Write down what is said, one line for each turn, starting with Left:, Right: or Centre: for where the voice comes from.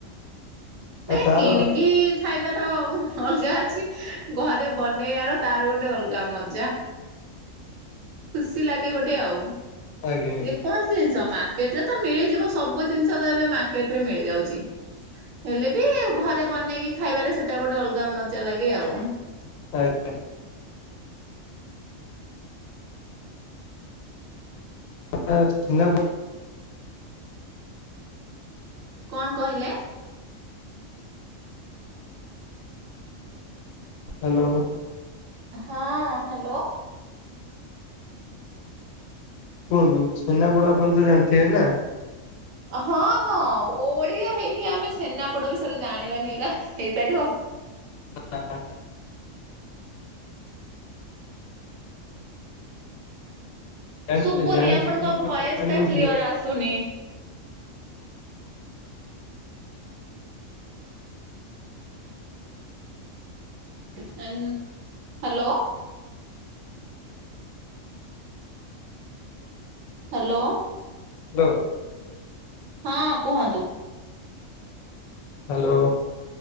Right: ନାଇଁ
Left: ଆଉ ତାର
Right: କିଣିକି ଖାଇବାର ଅଲଗା ଅଛି ଘରେ ବନେଇବାର ତାର ଗୋଟେ ଅଲଗା ମଜା। ଖୁସି ଲାଗେ ଗୋଟେ ଆଉ
Left: ଆଜ୍ଞା ଆଜ୍ଞା
Right: ଯେ କୌଣସି ଜିନିଷ ମା ମାର୍କେଟରେ ତ ମିଳିଯିବ ସବୁ ଜିନିଷ ତ ଏବେ ମାର୍କେଟ ରେ ମିଳିଯାଉଚି। ହେଲେ ବି ଆଉ ଘରେ ବନେଇକି ଖାଇବାରେ ସେଟା ଗୋଟେ ଅଲଗା ମଜା ଲାଗେ ଆଉ।
Left: <unintelligible> <unintelligible>
Right: କଣ କହିଲେ।
Left: ହାଲୋ।
Right: ହଁ ହାଲୋ।
Left: କୁହନ୍ତୁ ଛେନାପୋଡୋ ଆପଣ ତ ଜାଣିଥିବେ ନା।
Right: ହଁ ହଁ ଓଡିଆ ହେଇକି ଆମେ ଛେନାପୋଡୋ ବିଷୟରେ ଜାଣିବାନି ଏଇଟା ହେଇପାରିବ।
Left: <unintelligible> ଜାଣିଥିବେ
Right: ଶୁବୁନି
Left: ଜାଣିଥିବେ
Right: ଆପଣଙ୍କ ଭଏସ୍
Left: ଜାଣିନଥିବେ
Right: ଟା କ୍ଲିଅର ଆସୁନି। <unintelligible> ହାଲୋ। ହାଲୋ।
Left: <unintelligible>
Right: ହଁ କୁହନ୍ତୁ।
Left: ହ୍ୟାଲୋ।